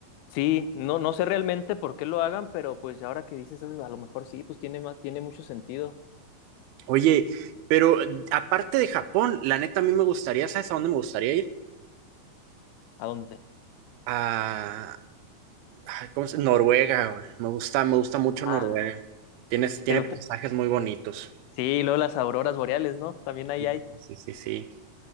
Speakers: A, on the left; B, on the right.
A: Sí, no, no sé realmente por qué lo hagan, pero pues ahora que dices eso, a lo mejor sí, pues tiene más, tiene mucho sentido.
B: Oye, pero aparte de Japón, la neta a mí me gustaría, ¿sabes a dónde me gustaría ir?
A: ¿A dónde?
B: A, ay, ¿cómo se- Noruega, güey. Me gusta, me gusta mucho
A: Ah,
B: Noruega. Tienes, tiene
A: ¿te gusta?
B: paisajes muy bonitos.
A: Sí, luego las auroras boreales, ¿no? También ahí
B: Sí,
A: hay.
B: sí, sí, sí.